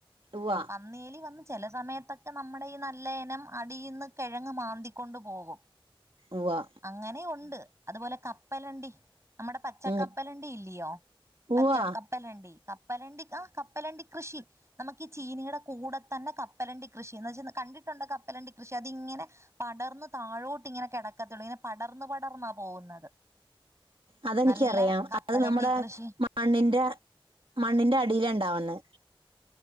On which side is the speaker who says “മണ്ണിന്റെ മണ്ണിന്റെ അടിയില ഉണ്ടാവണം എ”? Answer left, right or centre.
Right